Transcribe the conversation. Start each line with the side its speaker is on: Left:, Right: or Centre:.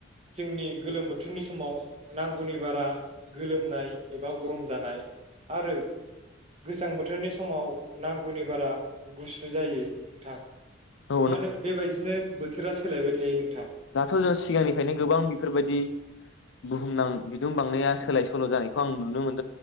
Right: जोंनि गोलोम बोथोरनि समाव नांगौनि बारा गोलोमनाय बा गरम जानाय आरो गोजां बोथोरनि समाव नांगौनि बारा गुसु जायो नोंथां
Left: औ
Right: <unintelligible> बेबायदिनो सोलायबाय थायो नोंथां
Left: दाथ' जों सिगांनिफ्रायनो गोबां बेफोरबायदि बुहुमनां बिदुं बांनाया सोलाय सोल' जानाय खौ आं नुनो मोनो।